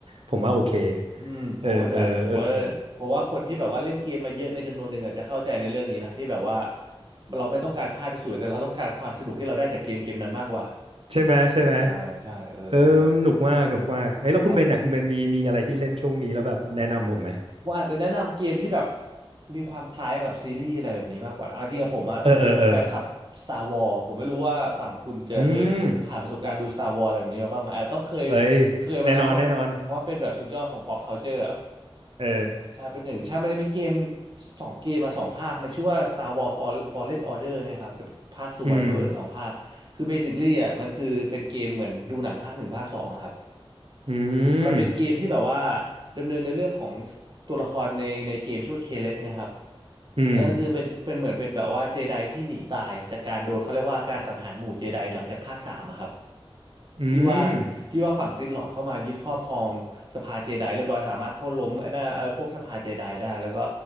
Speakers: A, on the right; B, on the right.
A: ผมว่าโอเค
B: อืมผมเข้าใจผมว่าผมว่าคนที่แบบว่าเล่นเกมมาเยอะในจำนวนหนึ่งอาจจะเข้าใจในเรื่องนี้นะที่แบบว่า
A: เออเออเออ
B: เราไม่ต้องการภาพไปสวยแต่เราต้องการความสนุกที่เราได้จากเกมเกมนั้นมากกว่า
A: ใช่ไหมใช่ไหม
B: ใช่ใช่เออใช่
A: เออหนุกมากหนุกมากเอ้ยแล้วคุณเบนน่ะคุณเบนมีมีอะไรที่เล่นช่วงนี้แล้วแบบแนะนำผมไหม
B: ครับผมอาจจะแนะนำเกมที่แบบมีความคล้ายกับซีรีส์อะไรแบบนี้มากกว่าเอาจริงกับผมอ่ะเป็นแฟนคลับ
A: เออเออเออ
B: Star Wars ผมไม่รู้ว่าฝั่งคุณจะเคยผ่านประสบการณ์ดู
A: อืม
B: Star Wars อะไรแบบนี้มาบ้างไหมอาจจะต้องเคย
A: เอ้ย
B: เคยมาเนอะเพราะเพราะมันเป็นแบบสุดยอดของ
A: แน่นอนแน่นอน
B: pop culture อะ
A: เออ
B: ใช่เป็นหนึ่งใช่มันจะมีเกมสองเกมมาสองภาคมันชื่อว่า Star Wars Fall- Fallen Order ไงครับกับภาค Survivor
A: อืม
B: สองภาคคือ basically อ่ะมันคือเป็นเกมเหมือนดูหนังภาคหนึ่งภาคสองอะครับ
A: อื
B: มันเป็นเกมที่แบบว่า
A: ม
B: ดำเนินในเรื่องของตัวละครในในเกมชื่อว่าเคเลบนะครับ
A: อืม
B: ก็คือเป็นเป็นเหมือนเป็นแบบว่าเจไดที่หนีตายจากการโดนเขาเรียกว่าการสังหารหมู่เจไดหลังจากภาคสามอะครับ
A: อืม
B: ที่ว่าที่ว่าฝั่งซิธลอร์ดเข้ามายึดครอบครองสภาเจไดเรียบร้อยสามารถโค่นล้มไอ้น่าเออพวกสภาเจไดได้แล้วก็